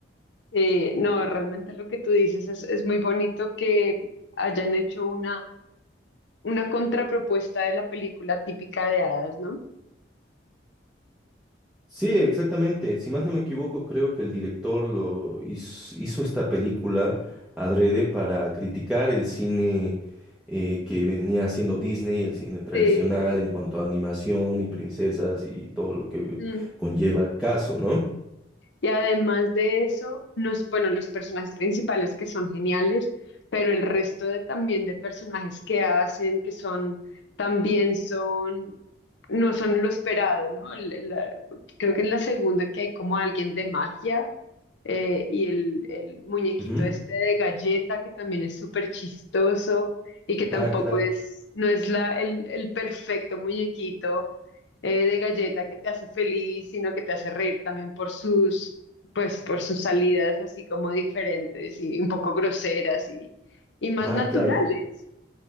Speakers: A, on the left; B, in the centre.
A: Eh, no, realmente lo que tú dices es, es muy bonito que hayan hecho una, una contrapropuesta de la película típica de hadas, ¿no?
B: Sí, exactamente. Si más no me equivoco, creo que el director lo hiz- hizo, esta película adrede para criticar el cine eh, que venía haciendo Disney, el cine tradicional
A: Sí.
B: en cuanto a animación y princesas y todo lo que
A: Mm.
B: conlleva el caso, ¿no?
A: Y además de eso, nos, bueno, los personajes principales que son geniales, pero el resto de, también de personajes que hacen, que son, también son, no son lo esperado, ¿no? El- la- creo que en la segunda que hay como alguien de magia eh, y el, el muñequito
B: Ujú.
A: este de galleta que también es súper chistoso y que tampoco
B: Ah, claro.
A: es, no es la, el, el perfecto muñequito eh, de galleta que te hace feliz, sino que te hace reír también por sus, pues, por sus salidas así como diferentes y un poco groseras y, y más
B: Ah,
A: naturales.
B: claro.